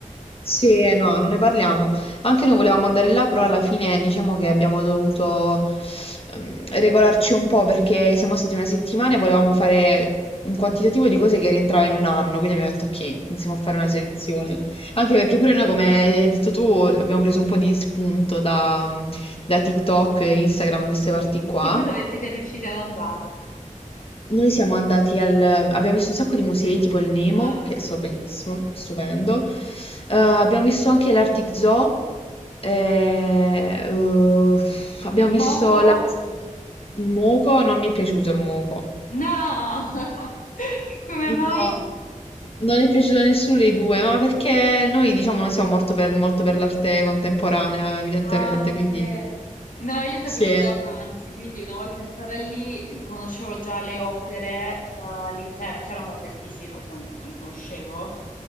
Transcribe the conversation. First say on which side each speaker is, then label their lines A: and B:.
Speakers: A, on the left; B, on the left.
A: Sì, eh, no, non ne parliamo. Anche noi volevamo andare là, però alla fine diciamo che abbiamo dovuto ehm, regolarci un po' perché siamo stati una settimana e volevamo fare un quantitativo di cose che rientrava in un anno, quindi abbiamo detto ok, iniziamo a fare una selezione. Anche perché pure noi, come hai detto tu, abbiamo preso un po' di spunto da, da TikTok, Instagram, queste parti qua.
B: E tipo dove siete riusciti ad andare?
A: Noi siamo andati al... abbiamo visto un sacco di musei, tipo il Nemo,
B: Ah,
A: che è stato bellissimo, stupendo. Eh, abbiamo visto anche l'Arctic Zoo. eh, uff, abbiamo
B: il moco?
A: visto la cosa... Il moco, non mi è piaciuto il moco.
B: No! <laughs> Come
A: No,
B: Sì. mai?
A: non è piaciuto a nessuno dei due, ma perché noi, diciamo, non siamo molto per, molto per l'arte contemporanea, evidentemente,
B: Ah, ok.
A: quindi...
B: No, io sapevo
A: Sì.
B: già Banzi, quindi una volta entrata lì conoscevo già le opere eh, all'interno. È chiaro, molti artisti in realtà non li conoscevo,